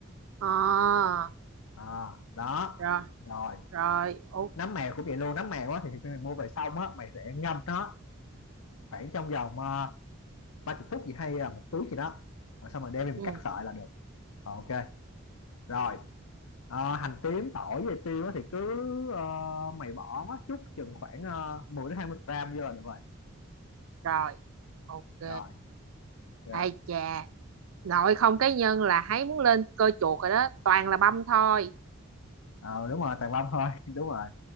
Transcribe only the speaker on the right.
à,
rồi
rồi ok
ừ,
rồi ok
ai chà nội không cái nhân là thấy muốn lên cơ chuột rồi đó toàn là băm thôi